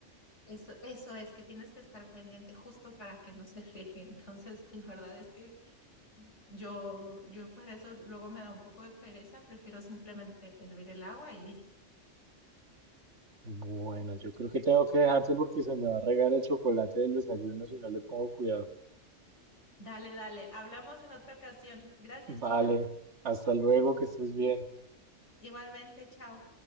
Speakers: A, on the left; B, on the right.
A: Eso, eso es que tienes que estar pendiente justo para que no se riegue. <laughs> Entonces, la verdad es que yo, yo para eso luego me da un poco de pereza, prefiero simplemente hervir el agua y listo.
B: Bueno, yo creo que tengo que dejarte porque se me va a regar el chocolate del desayuno si no le pongo cuidado.
A: Dale, dale, hablamos en otra ocasión. Gracias,
B: Vale,
A: Gino.
B: hasta luego, que estés bien.
A: Igualmente, chao.